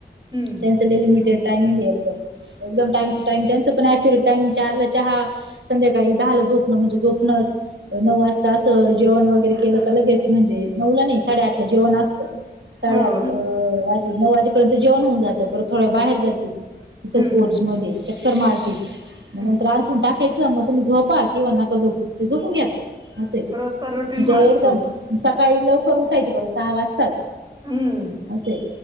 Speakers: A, on the right; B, on the right.
A: हम्म.
B: त्यांच लय लिमिटेड टाइमिंग आहे एकदम. एकदम टाइम टाईम त्यांच पण अक्युरेट टाईम चारला चहा संध्याकाळी दहाला झोप म्हणजे झोपणंच नऊ वाजता असं जेवण वगैरे केलं का लगेच म्हणजे नऊला नाही साडेआठला जेवण असतं. साडेआठ
A: हो.
B: माझे नऊ वाजेपर्यंत जेवण होऊन जात, परत थोडं बाहेर जाती तिथंच
A: हम्म
B: पोर्चमध्ये.
A: हम्म
B: चक्कर मारती,
A: हम्म.
B: मग नंतर अंथरून टाकायचं. मग तुम्ही झोपा किंवा नका झोपू ते झोपून घेता. असं आहे
A: रोजचा रुटीन
B: म्हणजे
A: हा असतो.
B: एकदम सकाळी लवकर उठायचं बरं सहा वाजताच
A: हम्म.
B: असे आहे.